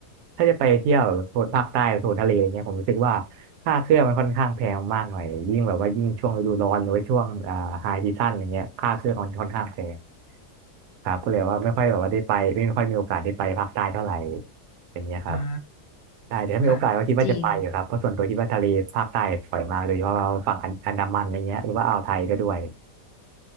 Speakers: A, on the right (about 85°); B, on the left (about 80°).
A: ถ้าจะไปเที่ยวโซนภาคใต้โซนทะเลอะไรเงี้ยผมรู้สึกว่าค่าเครื่องมันค่อนข้างแพงมากหน่อยยิ่งแบบว่ายิ่งช่วงฤดูร้อนหรือว่าช่วงอ่าไฮซีซั่นอะไรเงี้ยค่าเครื่องมันค่อนข้างแพง ครับก็เลยว่าไม่ค่อยแบบว่าได้ไปไม่ค่อยมีโอกาสได้ไปภาคใต้เท่าไหร่อย่างเงี้ยครับ
B: อา
A: ใช่แต่ถ้ามีโอกาสก็คิดว่าจะไปอยู่ครับเพราะส่วนตัวคิดว่าทะเลภาคใต้สวยมากโดยเฉพาะว่าฝั่งอันอันดามันอะไรเงี้ยหรือว่าอ่าวไทยก็ด้วย
B: ค่ะจริง